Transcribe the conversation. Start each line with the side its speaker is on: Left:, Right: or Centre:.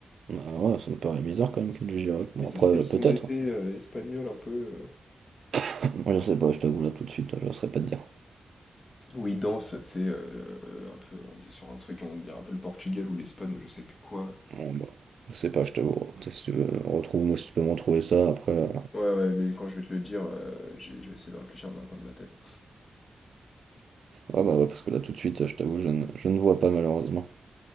Right: Ah ouais, ça me paraît bizarre quand même que Gigi Rock. Bon
Left: Mais si,
Right: après
Left: c'était
Right: euh,
Left: le son
Right: peut-être.
Left: d'été euh, espagnol, un peu... euh,
Right: <laughs> Moi je sais pas, je t'avoue là tout de suite, là, je saurais pas te dire.
Left: où ils dansent, tu sais, euh, un peu, on dit sur un truc, on dirait un peu le Portugal ou l'Espagne ou je sais plus quoi.
Right: Bon, bah, je sais pas, je t'avoue. Peut-être Si tu veux, retrouve-moi si tu peux me retrouver ça après. euh.
Left: Ouais, ouais, mais quand je vais te le dire, euh, j'ai- je vais essayer de réfléchir dans un coin de ma tête.
Right: Ah bah ouais, parce que là tout de suite, je t'avoue, je ne, je ne vois pas malheureusement.